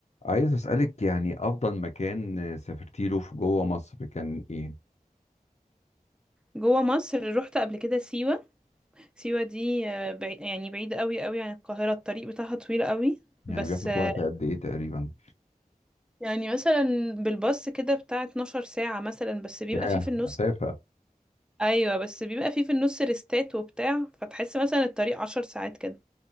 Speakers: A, on the left (about 50°); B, in the centre.
A: عايز أسألك يعني أفضل مكان سافرتي له في جوه مصر كان إيه؟
B: جوه مصر رحت قبل كده سيوة سيوة دي آه، بعي... يعني بعيدة قوي قوي عن القاهرة الطريق بتاعها طويل قوي
A: يعني
B: بس
A: بياخد
B: آه،
A: وقت قد إيه تقريبا؟
B: يعني مثلا بالباص كده بتاع 12 ساعة مثلا بس بيبقى
A: ياه
B: فيه في النص
A: مسافة
B: ايوه بس بيبقى فيه في النص ريستات وبتاع فتحس مثلا الطريق 10 ساعات كده